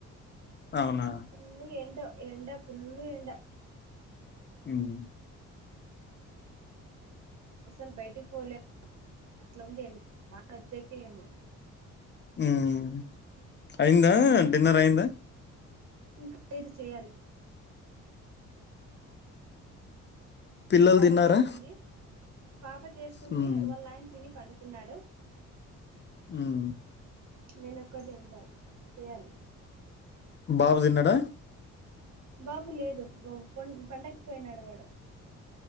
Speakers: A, on the left; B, on the right.
A: అవునా
B: ఫుల్లు ఎండ ఎండ ఫుల్లు ఎండ
A: హ్మ్
B: అసలు బయటికి పోలేము అట్లాంది ఎండ వాన అచ్చాక ఏమో
A: ఉమ్ అయిందా డిన్నర్ అయిందా
B: ఇంకా లేదు చేయాలి
A: పిల్లలు
B: పాప
A: తిన్నారా?
B: చేస్తుంది పాప చేస్తుంది
A: హ్మ్.
B: వాళ్ళు ఆయన తిని పండు కున్నాడు
A: ఉమ్
B: నేను ఒక్కటి ఉండాలి చెయాలి
A: బాబు తన్నడ
B: బాబు లేదు పా పో పండకు పోయినాడు వాడు